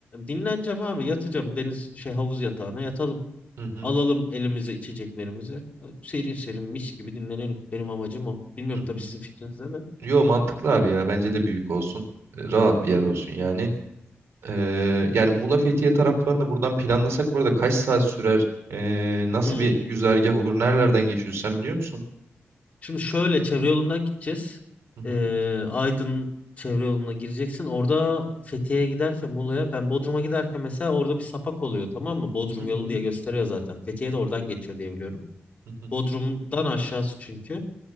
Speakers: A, on the left; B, on the right.
A: dinleneceğim abi yatacağım deniz şey havuz yatağına yatalım.
B: Hı hı,
A: Alalım elimize içeceklerimizi. Serin serin mis gibi dinlenelim. Benim amacım o. Bilmiyorum
B: hı hı.
A: tabii sizin fikrinizde de.
B: Yo mantıklı abi ya. Bence de büyük olsun. E, Rahat bir yer olsun yani. Ee, yani Muğla Fethiye taraflarını buradan planlasak bu arada kaç saat sürer? Ee, nasıl
A: Hmm.
B: bir güzergah olur? Nerelerden geçiyoruz sen biliyor musun?
A: Şimdi şöyle çevre yolundan gideceğiz.
B: Hı hı,
A: Ee, Aydın çevre yoluna gireceksin. Orada Fethiye'ye giderken Muğla'ya ben Bodrum'a giderken mesela orada bir sapak oluyor tamam mı? Bodrum
B: hı hı,
A: yolu diye gösteriyor zaten. Fethiye de oradan geçiyor diye biliyorum.
B: hı hı.
A: Bodrum'dan aşağısı çünkü.